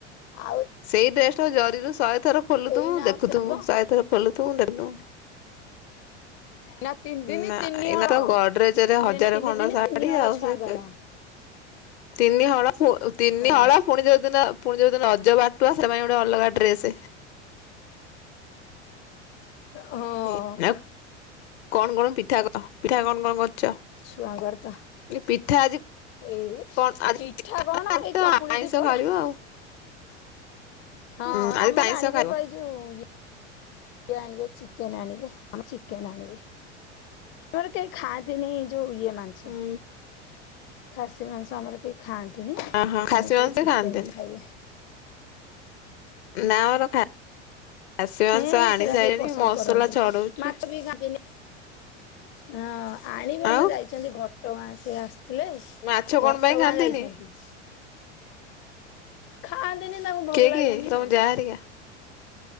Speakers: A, on the left; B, on the left.
A: ଆଉ
B: ସେଇ ଡ୍ରେସଟା ଜରିରୁ ଶହେଥର ଖୋଲୁଥିବୁ
A: ଏଇନା ଆଉ
B: ଦେଖୁଥିବୁ
A: ସେ ଗ
B: ଶହେ ଥର ଖୋଲୁଥିବୁ ଦେଖୁଥିବୁ।
A: ନା ତିନି ଦିନ
B: ନା
A: ତିନି
B: ଏଇନା
A: ହଳ
B: ତ ଗଡରେଜରେ
A: ମାନେ
B: ହଜାର
A: ଏଇନା ତିନି
B: ଖଣ୍ଡ
A: ଦିନ
B: ଶାଢୀ
A: ତିନି ହଳ
B: ଆଉ
A: ଛୁଆଙ୍କର
B: ସେ ତିନି ହଳ ଫୁ ତିନି
A: ହଁ
B: ହଳ ଫୁଣି ଯୋଉଦିନ ପୁଣି ଯୋଉଦିନ ରଜ ବା ଟୁ ଆସିବା ପାଇଁ ଗୋଟେ ଅଲଗା ଡ୍ରେସ।
A: ହଁ।
B: <unintelligible> କଣ କଣ ପି ପିଠା କ ପିଠା କଣ କଣ କରିଚ?
A: ଛୁଆଙ୍କର ତ
B: ପିଠା ଆଜି
A: ଏଇ
B: କଣ
A: ପିଠା
B: <unintelligible>
A: କଣ ଏଇ ଚକୁଳି
B: ଆଇଁଷ
A: ଦି ଫଡା
B: ଘାରିବ ଆଉ।
A: ହଁ
B: ହୁଁ ଆଜି
A: ଆମର
B: ତ ଆଇଁଷ
A: ଆଣିବେ
B: ଖାଇବ।
A: ପା ଯୋଉ ଇଏ ଆଣିବେ ଚିକେନ ଆଣିବେ ଆମ ଚିକେନ ଆଣିବେ। ଆମର କେହି ଖାଆନ୍ତିନି ଯୋଉ ଇଏ ମାଂସ।
B: ହୁଁ
A: ଖାସି ମାଂସ ଆମର କେହି ଖାଆନ୍ତିନି ଆମର
B: ଓହୋ ଖାସି
A: ସବୁ
B: ମାଂସ
A: ଚିକେନ
B: ଖାଆନ୍ତିନି
A: ଖାଇବେ।
B: ନା ଆମର ଖା ଖାସି ମାଂସ
A: ହେଁ
B: ଆଣି
A: ସେରା
B: ସାଇଲେଣି
A: କେହି ପସନ୍ଦ
B: ମସଲା
A: କରନ୍ତିନି
B: ଛଡଉଚି।
A: ମାଛ ବି ଖାଆନ୍ତିନି। ହଁ ଆଣିବେ ଆମର
B: ଆଉ
A: ଯାଇଚନ୍ତି ଘଟଗାଁ ସେ ଆସ୍ ଆସି।
B: ମାଛ କଣ
A: ଘଟଗାଁ
B: ପାଇଁ ଖାଆନ୍ତିନି?
A: ଯାଇଚନ୍ତି। ଖାଆନ୍ତିନି ତାଙ୍କୁ ଭଲ
B: କିଏ କିଏ
A: ଲାଗେନି
B: ତମ
A: ଆଉ।
B: ଯା ହେରିକା